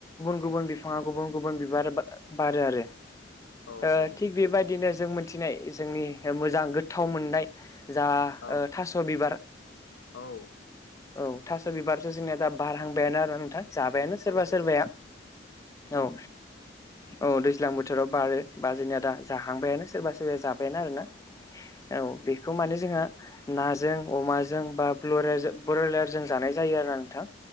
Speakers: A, on the left; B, on the left.
A: गुबुन बिफाङा गुबुन गुबुन बिबार बारो आरो
B: औ
A: ओ
B: औ
A: थिग बेबायदिनो जों मोनथिनाय जोंनि मोजां गोथाव मोननाय जा
B: औ
A: थास' बिबार
B: औ
A: औ थास' बिबार जोंनिया दा बारहांबायानो आरो नोंथां जाबायानो
B: औ
A: सोरबा
B: औ
A: सोरबाया औ औ दैज्लां बोथोराव बारो बा जोंनिया दा जाहांबायानो सोरबा सोरबाया जाबायानो आरो ना औ बेखौ माने जोंहा नाजों अमाजों बा बयलार ब्रयलारजों जानाय जायो आरो ना नोंथां